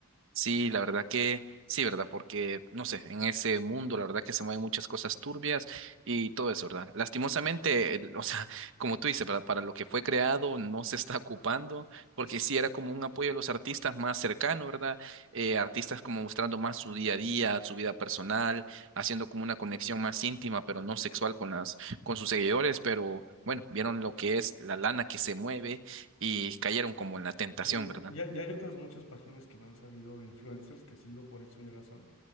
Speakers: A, on the right; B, on the left.
A: Sí, la verdad que sí, ¿verdad? Porque, no sé, en ese mundo, la verdad que se mueven muchas cosas turbias y todo eso, ¿verdad? Lastimosamente, el- <laughs> o sea, como tú dices, ¿verdad? Para lo que fue creado no se está ocupando, porque sí era como un apoyo a los artistas más cercano, ¿verdad? Eh, artistas como mostrando más su día a día, su vida personal, haciendo como una conexión más íntima, pero no sexual con las, con sus seguidores, pero bueno, vieron lo que es la lana que se mueve y cayeron como en la tentación,
B: Sí,
A: ¿verdad?
B: y hay, y hay otras muchas páginas que me han salido de influencers que sigo por X o Y razón,